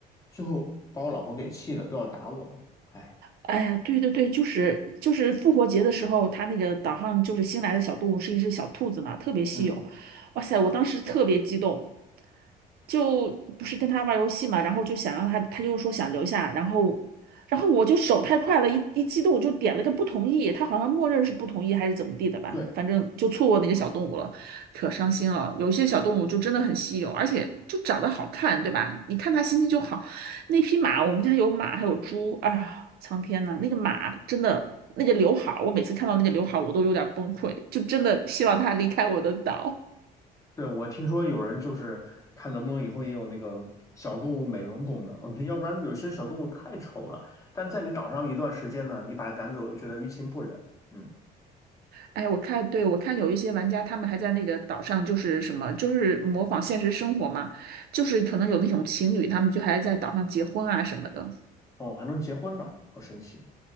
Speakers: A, on the left; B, on the right.
A: 最后把我老婆给气的，都要打我了。哎，
B: 哎呀，对对对，就是就是复活节的时候，他那个岛上就是新来的小动物是一只小兔子嘛，特别稀有。
A: 嗯，
B: 哇塞，我当时特别激动，就不是跟他玩游戏嘛，然后就想让他，他就说想留下，然后然后我就手太快了，一一激动我就点了个不同意，他好像默认是不同意还是怎么地的吧，
A: 对
B: 反正就错过那个小动物了，可伤心了。有些小动物就真的很稀有，而且就长得好看，对吧？你看它心情就好。那匹马，我们家有马，还有猪啊！苍天呐，那个马真的，那个刘海儿，我每次看到那个刘海儿，我都有点崩溃，就真的希望它离开我的岛。
A: 对，我听说有人就是看能不能以后也有那个小动物美容功能，<laughs> 要不然有些小动物太丑了，但在你岛上一段时间呢，你把它赶走又觉得于情不忍。嗯。
B: 哎，我看，对，我看有一些玩家，他们还在那个岛上，就是什么，就是模仿现实生活嘛，就是可能有那种情侣，他们就还在岛上结婚啊什么的。
A: 哦，还能结婚呢，好神奇。